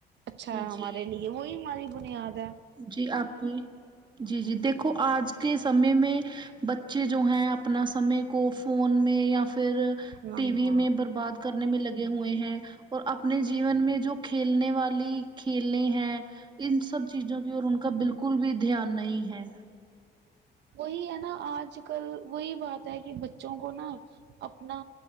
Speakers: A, on the right (about 80°); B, on the right (about 25°).
A: اچھا
B: جی
A: ہمارے
B: جی
A: لیے وہی ہماری بنیاد ہے
B: جی آپ جی جی دیکھو آج کے سمے میں بچے جو ہیں اپنا سمے کو فون میں یا فیر
A: ہے
B: ٹی وی میں برباد کرنے میں لگے ہوئے ہیں اور اپنے جیون میں جو کھیلنے والی کھیلیں ہیں ان سب چیزوں کی اور ان کا بالکل بھی دھیان نہیں ہے
A: وہی ہے نا آج کل وہی بات ہے کی بچوں کو نا اپنا